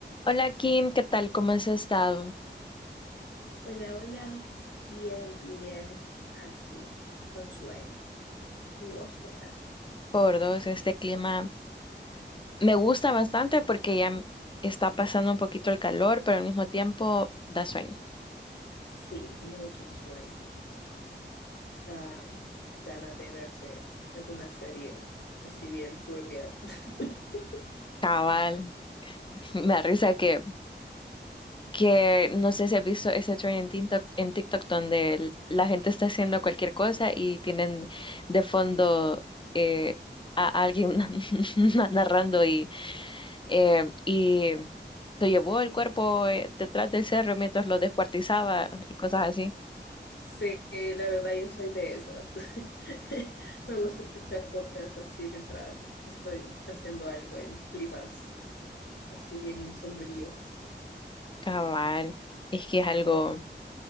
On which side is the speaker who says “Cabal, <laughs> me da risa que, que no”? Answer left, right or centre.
Left